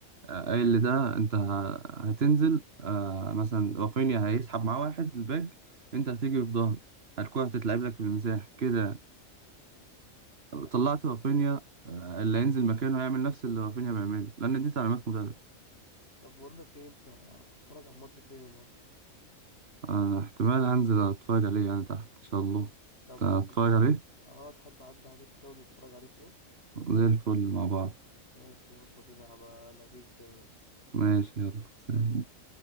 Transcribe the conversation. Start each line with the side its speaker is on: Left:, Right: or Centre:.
Right: آه، قايل لده انت ه- هتنزل آه، مثلا رافينيا هيسحب معاه واحد الباك انت هتيجي في ظهره الكرة هتتلعب لك في المساحة كده يعني.
Left: مش عارف
Right: طلعت رافينيا آه، اللي هينزل مكانه هيعمل نفس اللي رافينيا بيعمله لأن دي تعليمات مدرب
Left: طب بقول لك ايه انت هتتفرج على الماتش فين النهارده
Right: آه احتمال أنزل أتفرج عليه يعني تحت إن شاء الله
Left: طب
Right: أتفرج
Left: تحب
Right: عليه
Left: اه تحب اعدي عليك كده ونتفرج عليه سوا
Right: زي الفل مع بعض
Left: ماشي يلا بينا هبقى الغيك كده
Right: ماشي يلا سلام
Left: يلا.